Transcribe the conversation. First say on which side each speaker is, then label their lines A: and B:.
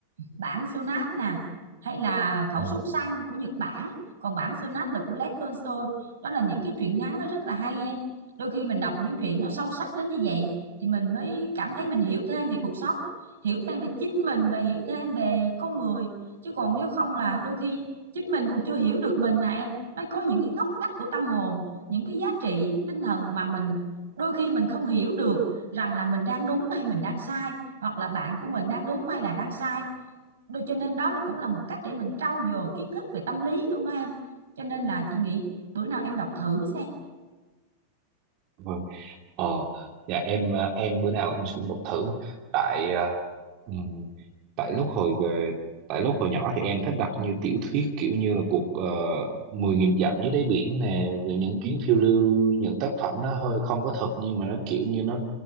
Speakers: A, on the right (about 65°); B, on the right (about 40°).
A: bản Sonat nè hay là khẩu
B: ừ,
A: súng săn của Nhật Bản còn bản Sonat là của Lev Tolstoy đó là những cái truyện ngắn nó rất là hay em đôi khi mình đọc những truyện nó sâu sắc đến như vậy thì mình mới cảm thấy mình hiểu thêm về cuộc sống hiểu thêm về chính mình và hiểu thêm về con người chứ còn nếu không là đôi khi chính mình còn chưa hiểu được mình mà em nó có những cái ngóc ngách của tâm hồn những cái giá trị tinh thần mà mình đôi khi mình không hiểu được rằng là mình đang đúng hay mình đang sai hoặc là bạn của mình đang đúng hay là đang sai Đôi- cho nên đó là cũng là một cách để mình trau dồi kiến thức về tâm lý luôn đó em cho nên là chị nghĩ bữa nào em đọc thử xem
B: vâng ờ dạ em ờ, em bữa nào em cũng đọc thử tại ờ, ừm, tại lúc hồi về tại lúc hồi nhỏ thì em thích đọc như tiểu thuyết kiểu như là cuộc ờ, 10.000 dặm dưới đáy biển nè về những chuyến phiêu lưu những tác phẩm nó hơi không có thật nhưng mà nó kiểu như nó